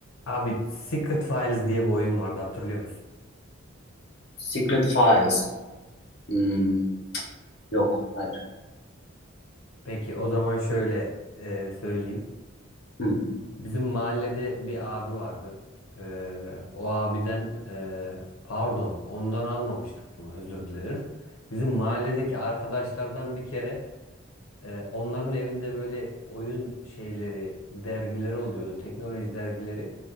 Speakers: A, on the left; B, on the left.
A: Abi Secret Files diye bir oyun vardı hatırlıyor musun?
B: Secret Files. Hmm, yok, hayır.
A: Peki o zaman şöyle e, söyleyeyim.
B: Hmm,
A: Bizim mahallede bir abi vardı. E, o abiden e, pardon ondan almamıştık bunu özür dilerim. Bizim mahalledeki arkadaşlardan bir kere e, onların evinde böyle oyun şeyleri, dergileri oluyordu. Teknoloji dergileri.